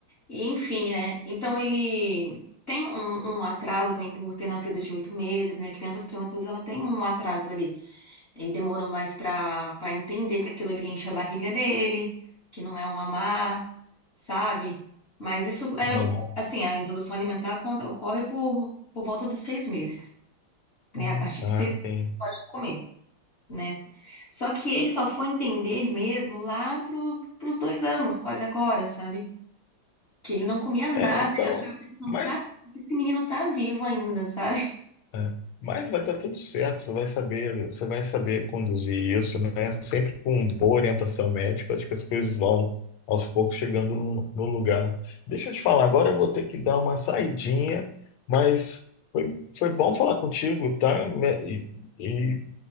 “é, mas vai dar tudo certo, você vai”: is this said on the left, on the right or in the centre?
Left